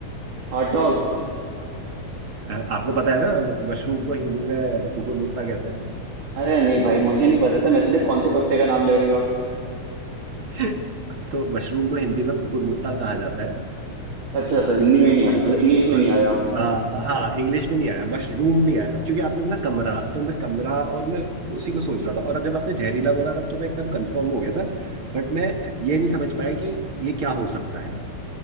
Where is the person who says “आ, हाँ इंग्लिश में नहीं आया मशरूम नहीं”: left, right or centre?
Right